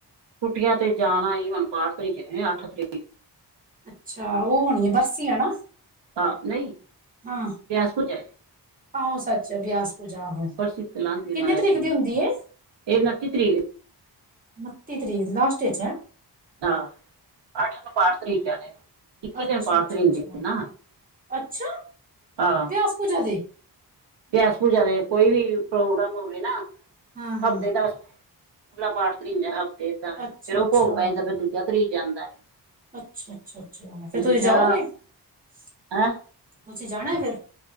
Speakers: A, on the right (about 85°); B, on the right (about 20°).
A: ਕੁਟੀਆ ਤੇ ਜਾਨਾ ਈ ਹੁਨ ਪਾਠ ਤਰੀ ਦੇ ਨੇ ਅੱਠ ਤਰੀ
B: ਅੱਛਾ ਉਹ ਹੋਨੀ ਬਰਸੀ ਹੈ ਨਾ।
A: ਹਾਂ, ਨਹੀਂ।
B: ਹਾਂ।
A: <unintelligible>
B: ਆਹੋ ਸੱਚ ਬਿਆਸ ਪੂਜਾ ਆਹੋ
A: ਬਰਸੀ ਤੇ ਲੰਘ ਗਈ
B: ਕਿੰਨੇ
A: ਮਹਾਰਾਜ
B: ਤਰੀਕ
A: ਜੀ
B: ਦੀ ਹੁੰਦੀ ਏ।
A: ਇਹ ਉਨਤੀ ਤਰੀਕ
B: ਉਨਤੀ ਤਰੀਕ ਲਾਸਟ ਚ ਹੈ।
A: ਹਾਂ ਅੱਠ ਨੂੰ ਪਾਠ ਧਰੀ ਜਾਣੇ ਨੇ ਇੱਕੀ
B: ਅੱਛਾ
A: ਦਿਨ
B: ਅੱਛਾ ਅੱਛਾ
A: ਧਰਿੰਦੇ
B: ਅੱਛਾ
A: ਨੇ ਨਾ।
B: ਅੱਛਾ
A: ਹਾਂ
B: ਬਿਆਸ ਪੁੱਜਾ ਦੇ?
A: ਬਿਆਸ ਪੂਜਾ ਦੇ ਕੋਈ ਵੀ ਪ੍ਰੋਗਰਾਮ ਹੋਵੇ ਨਾ
B: ਹਾਂ ਹਾਂ
A: ਹਫ਼ਤੇ ਦਾ ਖੁਲਾ ਪਾਠ ਤਰੀਦਾ ਹਫ਼ਤੇ ਦਾ ਫੇਰ
B: ਅੱਛਾ
A: ਉਹ
B: ਅੱਛਾ
A: ਭੋਗ ਪੈ ਜਾਂਦਾ ਫੇਰ ਦੂਜਾ ਤਰੀ ਜਾਂਦਾ।
B: ਅੱਛਾ-ਅੱਛਾ, ਅੱਛਾ ਫੇਰ ਤੁਸੀ
A: ਦੂਜਾ
B: ਜਾਓਗੇ ਤੁਸੀ
A: ਹੈਂ
B: ਜਾਣਾ ਫੇਰ।